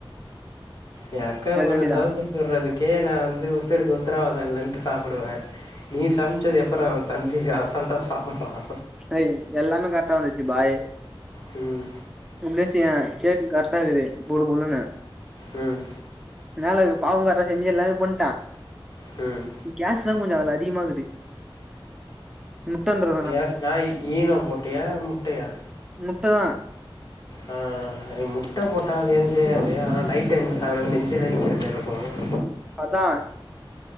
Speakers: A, on the left; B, in the centre.
A: என் அக்கா
B: அதுக்காண்டிதா
A: பொண்ணு தோச சுடுறதுக்கே நா வந்து உசுருக்கு உத்தராவாத இல்லன்ட்டு சாப்புடுவே நீ சம்ச்சத எப்புறா உன் தம்பி அசால்ட்டா சாப்புடுறா
B: அய் எல்லாமே கர்ட்டா வந்துச்சு பாய்
A: ம்
B: முந்தெச்சுங்க கேக் கர்ட்டா இருக்குது பொழு பொழுன்னு
A: ம்
B: மேலர்க்கு பாவு காட்ரா செஞ்சு எல்லாமே பண்ட்டான்
A: ம்
B: கேஸ் தா கொஞ்சு அதுல அதிகுமா ஆகுது முட்டந்துரு
A: கேஸ்னா ஈனோ போட்டியா முட்டயா
B: முட்டதா
A: ஆ அது முட்ட போட்டா அது எது செய்யாது ஆனா நைட் டைம்ல சாப்புறது நெஞ்சிலே நிக்கிற மாரிருக்கு
B: அதா